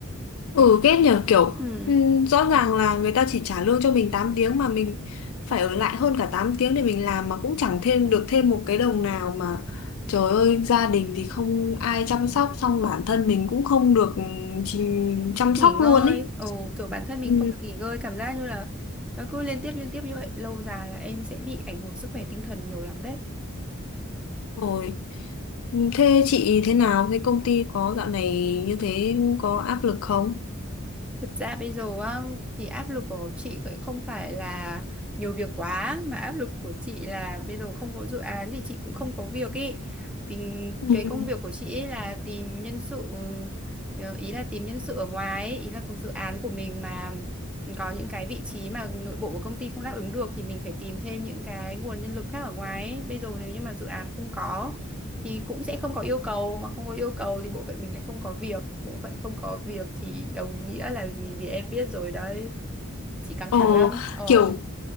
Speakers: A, on the left; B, in the centre.
A: ừ ghét nhờ kiểu
B: Ừ,
A: ừm, rõ ràng là người ta chỉ trả lương cho mình tám tiếng mà mình phải ở lại hơn cả 8 tiếng để mình làm mà cũng chẳng thêm được thêm một cái đồng nào mà trời ơi gia đình thì không ai chăm sóc xong bản thân mình cũng không được ừm, chỉ- chăm
B: nghỉ
A: sóc
B: ngơi,
A: luôn ấy
B: ừ, kiểu bản thân mình
A: Ừ.
B: không được nghỉ ngơi, cảm giác như là nó cứ liên tiếp liên tiếp như vậy, lâu dài là em sẽ bị ảnh hưởng sức khỏe tinh thần nhiều lắm đấy.
A: rồi Ừ, Thế chị thế nào? Thế công ty có dạo này như thế có áp lực không?
B: Thực ra bây giờ á, thì áp lực của chị cũng không phải là nhiều việc quá mà áp lực của chị là bây giờ không có dự án thì chị cũng không có việc ý. Vì
A: Ừ.
B: cái công việc của chị ấy là tìm nhân sự ờ, ý là tìm nhân sự ở ngoài ấy. Ý là dự án của mình mà có những cái vị trí mà nội bộ của công ty không đáp ứng được thì mình phải tìm thêm những cái nguồn nhân lực khác ở ngoài ấy. Bây giờ nếu như mà dự án không có thì cũng sẽ không có yêu cầu mà không có yêu cầu thì bộ phận mình lại không có việc bộ phận không có việc thì đồng nghĩa là gì thì em biết rồi đấy chị căng
A: Ờ,
B: thẳng lắm ồ
A: kiểu